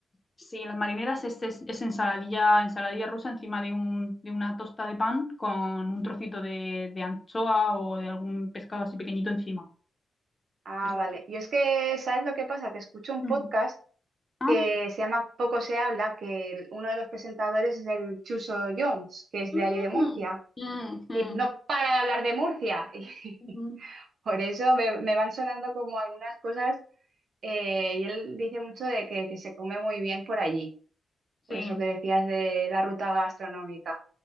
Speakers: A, on the left; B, on the right.
A: sí, las marineras es, es- es ensaladilla, ensaladilla rusa encima de, un, de una tosta de pan con un trocito de, de anchoa o de algún pescado así pequeñito encima.
B: Ah,
A: Eso
B: vale.
A: es.
B: yo es que, ¿sabes lo que pasa? Que escucho un
A: Mm.
B: podcast
A: Ah.
B: que se llama Poco se habla, que el- uno de los presentadores es el Chuso Jones, que es
A: Mm,
B: de allí de Murcia,
A: mm, mm,
B: y no para de hablar de Murcia. <laughs>
A: ujú.
B: Por eso me, me van sonando como algunas cosas eh, y él dice mucho de que, que se come muy bien por allí,
A: Sí,
B: por eso que decías de la ruta gastronómica.